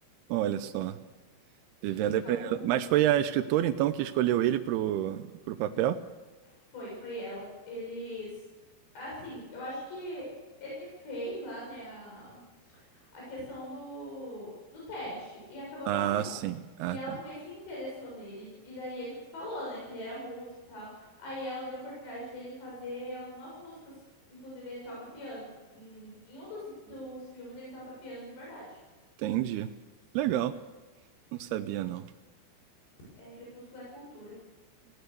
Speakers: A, on the right; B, on the left.
A: Olha só. Vivendo
B: E ele
A: e
B: toca.
A: aprendendo. Mas foi a escritora então que escolheu ele pro, pro papel?
B: Foi, foi ela. Eles. Assim, eu acho que ele fez lá, né? a, a questão do, do teste e acabou
A: Ah,
B: passando.
A: sim. Ah,
B: E ela
A: tá.
B: também se interessou nele. E daí ele falou, né, que ele era músico e tal. Aí ela deu a oportunidade dele fazer algumas músicas. Inclusive, ele toca piano. Em, em um dos, dos filmes, ele toca piano de verdade.
A: Entendi. Legal. Não sabia não.
B: É, Crepúsculo é cultura.